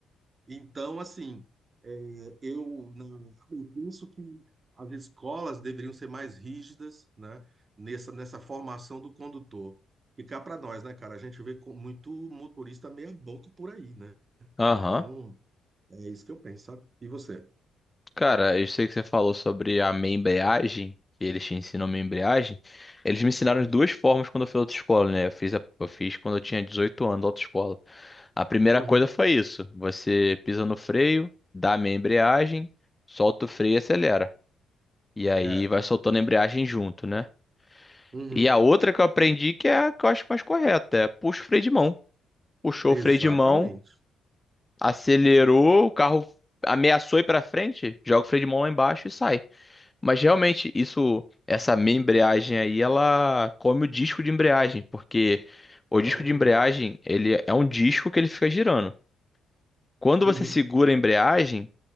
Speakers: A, on the right; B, on the left.
A: então, assim, é, eu, na- eu penso que as escolas deveriam ser mais rígidas, né, nessa, nessa formação do condutor. E cá para nós, né, cara? A gente vê com muito motorista meia-boca por aí, né?
B: aham.
A: Então, é isso que eu penso, sabe? E você?
B: Cara, eu sei que você falou sobre a minha embreagem, que eles te ensinam minha embreagem. Eles me ensinaram
A: Hum,
B: de duas formas quando eu fiz autoescola, né? Eu fiz, a- eu fiz quando eu tinha 18 anos, autoescola. A primeira
A: Uhum.
B: coisa foi isso: você pisa no freio, dá a meia embreagem, solta o freio e acelera. E aí
A: É.
B: vai soltando a embreagem junto, né?
A: Uhum.
B: E a outra que eu aprendi que é a que eu acho mais correta, é puxa o freio de mão. Puxou
A: Exatamente.
B: o freio de mão, acelerou, o carro ameaçou ir pra frente, joga o freio de mão lá embaixo e sai. Mas realmente isso, essa meia embreagem aí, ela come o disco de embreagem, porque o
A: Então,
B: disco de embreagem, ele é um disco que ele fica girando. Quando você
A: uhum.
B: segura a embreagem,